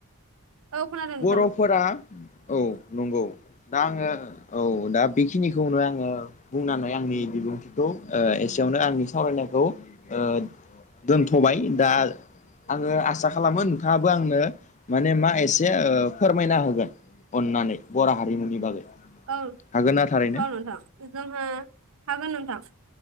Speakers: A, on the right (about 65°); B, on the left (about 35°).
A: औ खोनादों नोंथां
B: बर'फोरा
A: नंगौ
B: औ नंगौ दा आङो औ दा बेखिनिखौनो आङो बुंनानै आंनि बिबुंथिखौ ओ एसेयावनो आंनि सावरायनायखौ ओ दोनथ'बाय दा आङो आसा खालामो नोंथाङाबो आंनो माने मा एसे से फोरमायना होगोन अननानै बर' हारिमुनि बागै।
A: औ
B: हागोन ना थारैनो
A: औ नोंथां जोंहा हागोन नोंथां।